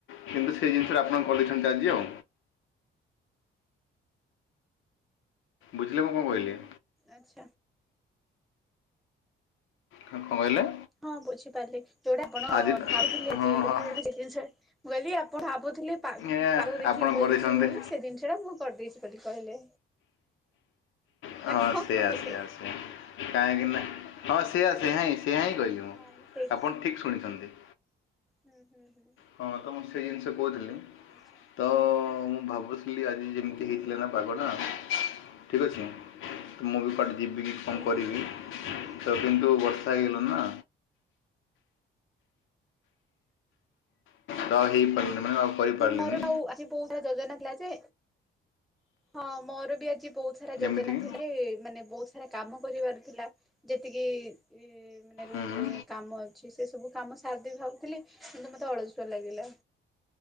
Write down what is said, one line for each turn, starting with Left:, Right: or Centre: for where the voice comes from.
Left: କିନ୍ତୁ ସେ ଜିନିଷ ଟା ଆପଣ ପଡ଼ିଛନ୍ତି ଆଜି ଆଉ। ବୁଝିଲେ ମୁଁ କଣ କହିଲି?
Centre: ଆଚ୍ଛା।
Left: କଁ କହିଲେ?
Centre: ହଁ ବୁଝିପାରିଲି ଯୋଉଟା ଆପଣ
Left: ଆଜି
Centre: ଭାବୁଥିଲି ଆଜି
Left: ହଁ
Centre: କରିବି
Left: ହଁ
Centre: ବୋଲି ସେ ଜିନିଷ‌। ବୋଲି ଆପଣ ଭାବୁଥିଲେ ପା
Left: ଏ
Centre: ପାଗକୁ ଦେଖିକି
Left: ଆପଣ
Centre: ବୁଲିଯିବି
Left: କରିଛନ୍ତି
Centre: ବୋଲି ସେ ଜିନିଷ ଟା ମୁଁ କରିଦେଇଛି। ବୋଲି କହିଲେ।
Left: ହଁ
Centre: ନା କଣ
Left: ସେୟା
Centre: କହିଲେ?
Left: ସେୟା ସେଆ କାହିଁକି ନା ହଁ ସେଆ ସେଆ ହିଁ। ସେୟା ହିଁ କହିଲି ମୁଁ
Centre: ହଁ ସେଇଟା
Left: ଆପଣ ଠିକ ଶୁଣିଛନ୍ତି।
Centre: ହୁଁ ହୁଁ ହୁଁ
Left: ହଁ ତ ମୁଁ ସେ ଜିନିଷ କହୁଥିଲି।
Centre: ଆଚ୍ଛା।
Left: ତ ମୁଁ ଭାବୁଥିଲି ଆଜି ଯେମିତି ହେଇଥିଲା ନା ପାଗଟା ଠିକ୍ ଅଛି ତ ମୁଁ ବି କୁଆଡେ ଯିବ କି କଣ
Centre: ହୁଁ।
Left: କରିବି
Centre: ହୁଁ
Left: ତ କିନ୍ତୁ ବର୍ଷା ହେଇଗଲା ନା। ତ ଅଉ ହେଇ ପାରି‌ଲାନି ମାନେ ଆଉ। କରିପାରିଲିନି
Centre: ମୋର ବହୁ ଆଜି ବହୁତ ସାରା ଯୋଜନା ଥିଲା ଯେ ହଁ ମୋର ବି ଆଜି। ବହୁତ ସାରା ଯୋଜନା
Left: ଯେମିତିକି
Centre: ଥିଲା କି ଯେ ମାନେ ବହୁତ ସାରା କାମ କରିବାର ଥିଲା ଯେତିକି ଇ ମାନେ ରୁମ
Left: ହୁଁ ହୁଁ
Centre: ରେ କାମ ଅଛି। ସେ ସବୁ କାମ ସାରଦେବି ଭାବୁଥିଲି କିନ୍ତୁ ମତେ ଅଳସୁଆ ଲାଗିଲା